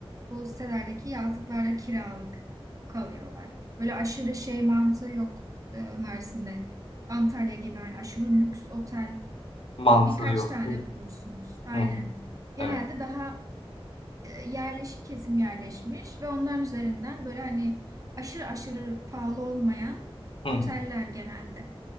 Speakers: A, on the right; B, on the left.
A: bu sitelerdeki yazlıklarda kiralık kalıyorlar. Böyle aşırı şey mantığı yok e, Mersin'de. Antalya gibi hani aşırı lüks otel
B: Mantığı
A: e, birkaç
B: yok
A: tane
B: değil mi?
A: bulursunuz. Aynen.
B: Hı hı.
A: Genelde
B: Evet.
A: daha e, yerleşik kesim yerleşmiş ve onların üzerinden böyle hani aşırı aşırı pahalı olmayan
B: Hı
A: oteller
B: hı. Evet.
A: genelde